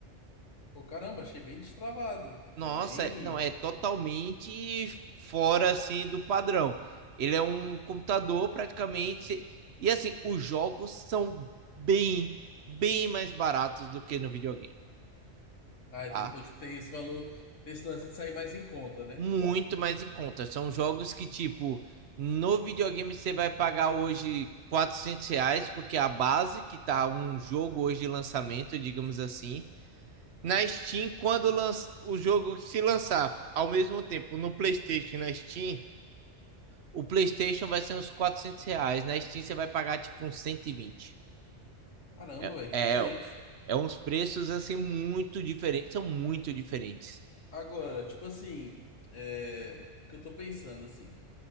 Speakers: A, on the left; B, on the right.
A: Pô, caramba, achei bem destravado. Achei
B: Nossa,
A: bem...
B: é- não, é totalmente fora assim do padrão. Ele é um computador praticamente se- e assim, os jogos são bem, bem mais baratos do que no videogame,
A: Ah,
B: tá?
A: tem- então, tipo, tem esse valor... Tem esse lance de sair mais em conta, né?
B: Muito mais em conta. São jogos que tipo, no videogame você vai pagar hoje 400 reais, porque a base que tá um jogo hoje de lançamento, digamos assim, na Steam, quando lança, o jogo se lançar ao mesmo tempo no PlayStation e na Steam, O PlayStation vai ser uns 400 reais. Na Steam você vai pagar tipo uns 120.
A: Caramba,
B: É,
A: velho, que
B: é,
A: diferente.
B: é uns preços assim muito diferentes. São muito diferentes.
A: Agora, tipo assim... É... O que eu tô pensando, assim...